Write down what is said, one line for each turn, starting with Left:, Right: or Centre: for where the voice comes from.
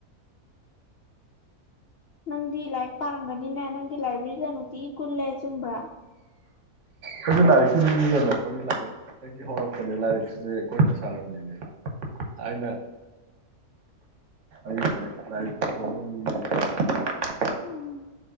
Left: ꯅꯪꯗꯤ ꯂꯥꯏꯔꯤꯛ ꯄꯥꯔꯝꯒꯅꯤꯅꯦ ꯅꯪꯗꯤ ꯂꯥꯏꯕ꯭ꯔꯦꯔꯤꯗ ꯅꯨꯡꯇꯤꯒꯤ ꯀꯨꯜꯂꯦꯁꯦ ꯆꯨꯝꯕ꯭ꯔꯥ
Right: ꯈꯣꯏꯗꯤ ꯂꯥꯏꯔꯤꯛꯀꯤ ꯃꯤꯅꯤ ꯀꯩꯅꯣ ꯑꯩꯈꯣꯏ ꯂꯥꯏꯔꯤꯛꯇꯒꯤ ꯍꯧꯔꯛꯄꯅꯦ ꯂꯥꯏꯔꯤꯛꯁꯦ ꯑꯩꯈꯣꯏꯅ ꯁꯥꯔꯝꯃꯤꯅꯦ ꯊꯥꯏꯅ ꯑꯩꯁꯦ ꯂꯥꯏꯔꯤꯛ <inaudible>
Left: ꯎꯝ